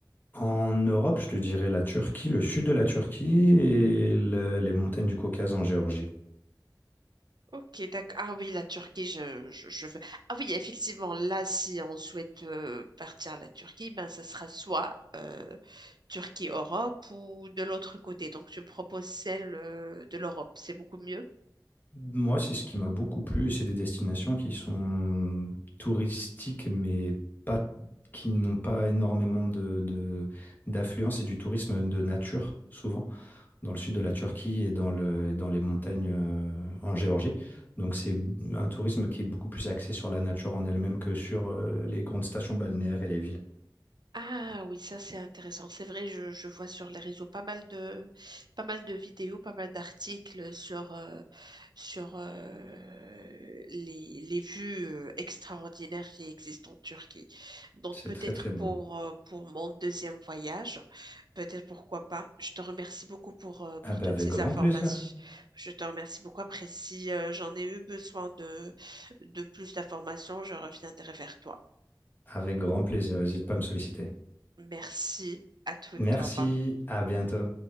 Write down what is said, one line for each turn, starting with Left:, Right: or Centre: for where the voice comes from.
Left: En Europe, je te dirais la Turquie, le sud de la Turquie et le- les montagnes du Caucase en Géorgie.
Right: Ok, d'accord. Ah oui, la Turquie, je, je, je veux. Ah oui, effectivement, là, si on souhaite euh, partir à la Turquie, ben, ça sera soit euh, Turquie-Europe ou de l'autre côté. Donc, je me propose celle euh, de l'Europe. C'est beaucoup mieux.
Left: Moi, c'est ce qui m'a beaucoup plu, et c'est des destinations qui sont touristiques, mais pas, qui n'ont pas énormément de, de- d'affluence et du tourisme de nature, souvent, dans le sud de la Turquie et dans le, et dans les montagnes euh, en Géorgie. Donc, c'est un tourisme qui est beaucoup plus axé sur la nature en elle-même que sur euh, les grandes stations balnéaires et les villes.
Right: Ah oui, ça c'est intéressant. C'est vrai, je, je vois sur les réseaux pas mal de pas mal de vidéos, pas mal d'articles sur euh, sur euh, les, les vues euh, extraordinaires qui existent en Turquie. Donc
Left: C'est
Right: peut-être
Left: très, très beau.
Right: pour euh, pour mon deuxième voyage, peut-être pourquoi pas. Je te remercie beaucoup pour euh, pour
Left: Ah bah,
Right: toutes
Left: avec
Right: ces
Left: grand
Right: informations.
Left: plaisir.
Right: Je te remercie beaucoup. Après, si euh, j'en ai eu besoin de de plus d'informations, je reviendrai vers toi.
Left: Avec grand plaisir, n'hésite pas à me solliciter.
Right: Merci à toutes.
Left: Merci,
Right: Au revoir.
Left: à bientôt.